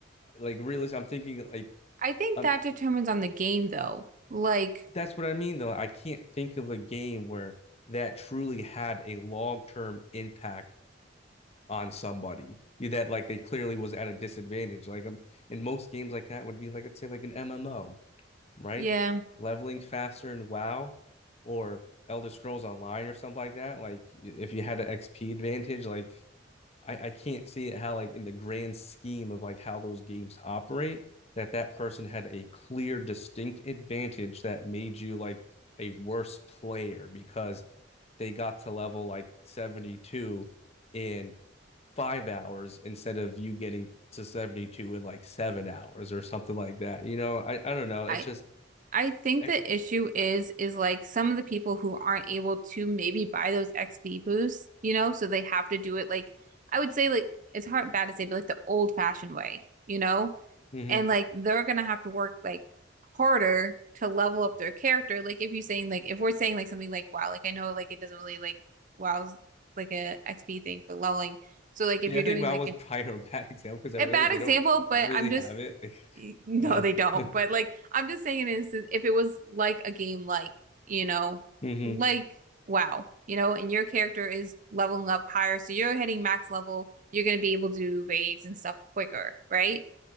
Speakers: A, on the left (about 35°); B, on the right (about 45°).
A: like really, I'm thinking like,
B: I think
A: um,
B: that determines on the game though. Like,
A: that's what I mean though. I can't think of a game where that truly had a long term impact on somebody that like they clearly was at a disadvantage. Like um, in most games like that would be like I'd say like an MMO, right?
B: yeah.
A: Leveling faster in WoW or Elder Scrolls Online or something like that. Like if you had an XP advantage, like I, I can't see it how like in the grand scheme of like how those games operate that that person had a clear distinct advantage that made you like a worse player because they got to level like 72 in five hours instead of you getting to 72 in like seven hours or something like that you know i, I don't know it's
B: I
A: just
B: I think
A: I,
B: the issue is is like some of the people who aren't able to maybe buy those XP boosts, you know, so they have to do it like I would say like it's hard bad to say, but like the old fashioned way, you know?
A: mm-hmm.
B: And like they're gonna have to work like harder to level up their character. Like if you're saying like if we're saying like something like wow, like I know like it doesn't really like WoW's like a XP thing for leveling. So like
A: yeah
B: if you're
A: i think
B: doing
A: that
B: like
A: was <laughs> probably a bad example because i
B: a
A: realized
B: bad example,
A: they don't
B: but
A: really
B: I'm just
A: have it like
B: no,
A: uh,
B: they don't.
A: <laughs>
B: But like I'm just saying an instance if it was like a game like, you know,
A: mm-hmm.
B: like WoW, you know, and your character is leveling up higher, so you're hitting max level, you're gonna be able to do raids and stuff quicker, right?